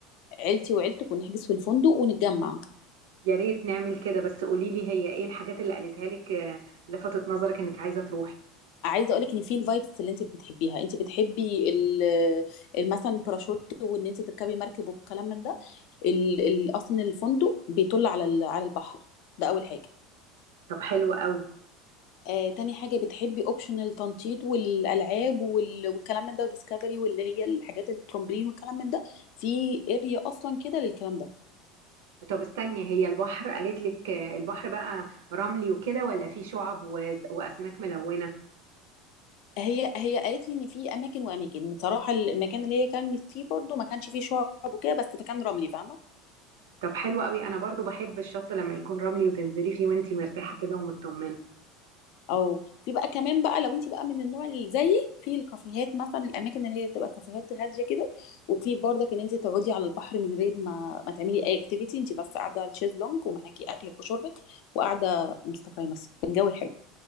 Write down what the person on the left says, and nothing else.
عيلتي وعيلتك ونحجز في الفندق ونتجمع
عايزه اقولك ان في الفايبس اللي انت بتحبيها انت بتحبي ال- ال- مثلا الباراشوت وان انت تركبي مركب والكلام من ده ال- ال- اصلا الفندق بيطل على ال- على البحر ده اول حاجه
آه تاني حاجه بتحبي اوبشن التنطيط والالعاب وال- والكلام من ده وديسكفري واللي هي الحاجات الترمبلين والكلام من ده في اريا اصلا كده للكلام ده
هي هي قالت لي ان في اماكن واماكن بصراحه المكان اللي هي كانت فيه برضو ما كانش فيه شعب وكده بس كان رملي فاهمه
او في بقى كمان بقى لو انت بقى من النوع اللي زيي في الكافيهات مثلا الاماكن اللي هي بتبقى كافيهات هاديه كده وفي برضك ان انت تقعدي على البحر من غير ما ما تعملي اي اكتيفيتي انت بس قاعده على الشيزلونج ومعاكي اكلك وشربك وقاعده مستقيمه في الجو الحلو